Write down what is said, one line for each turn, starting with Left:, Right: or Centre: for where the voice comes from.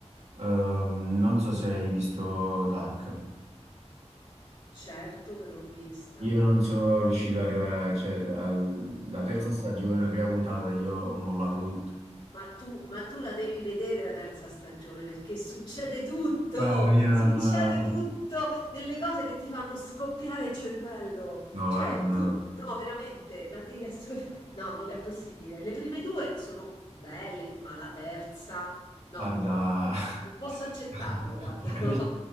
Right: Ehm, non so se hai visto Dark.
Left: Certo che l'ho vista.
Right: Io non sono riuscito ad arrivare, a- cioè, al- alla terza
Left: No,
Right: stagione, la prima puntata, io ho mollato tutto.
Left: ma tu, ma tu la devi vedere la terza stagione perché succede tutto,
Right: No, io
Left: succede
Right: non...
Left: tutto, delle cose che ti fanno scoppiare il cervello.
Right: No,
Left: Cioè,
Right: guarda. no.
Left: tu, no, veramente, la devi assolutamente... No, non è possibile. Le prime due sono belle, ma la terza, no,
Right: Guarda,
Left: non posso accettarlo,
Right: <laughs>
Left: guarda, <laughs> no.
Right: io,